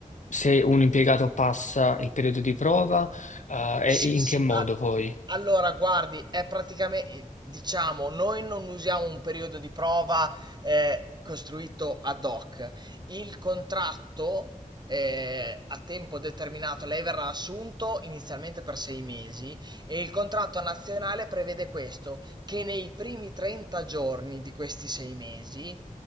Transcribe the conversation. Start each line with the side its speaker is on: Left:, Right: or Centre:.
Left: se un impiegato passa il periodo di prova, eh,
Right: Sì,
Left: e in
Right: sì.
Left: che modo
Right: a-
Left: voi?
Right: Allora, guardi, è praticamente, diciamo, noi non usiamo un periodo di prova eh, costruito ad hoc. Il contratto eh, a tempo determinato, lei verrà assunto inizialmente per sei mesi e il contratto nazionale prevede questo, che nei primi 30 giorni di questi sei mesi,